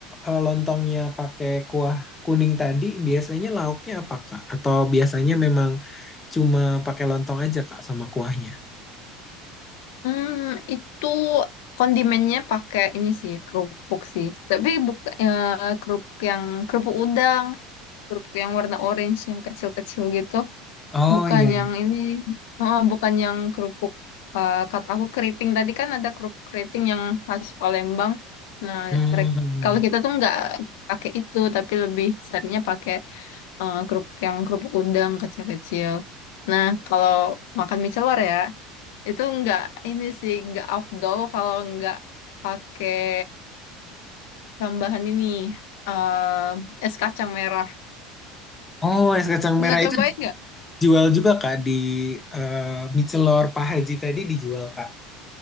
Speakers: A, on the left; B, on the left.
A: eh, lontongnya pakai kuah kuning tadi biasanya lauknya apa Kak? Atau biasanya memang cuma pakai lontong aja Kak sama kuahnya?
B: hmm, itu kondimennya pakai ini sih kerupuk sih. Tapi bukan kerupuk yang kerupuk udang, kerupuk yang warna orange yang kecil-kecil gitu.
A: Oh
B: Bukan
A: iya
B: yang ini, oh, bukan yang kerupuk. eh, kata aku keriting tadi kan ada kerupuk keriting yang khas Palembang. Nah,
A: Hmm.
B: mereka, kalau kita tuh nggak pakai itu, tapi lebih seringnya pakai eh, kerupuk yang kerupuk udang kecil-kecil. Nah, kalau makan mie celor ya, itu nggak ini sih nggak afdol kalau nggak pakai tambahan ini eh es kacang merah.
A: Oh, es kacang
B: Pernah
A: merah
B: cobain
A: itu dijual juga Kak di eh, Michelor Pak Haji tadi dijual Kak.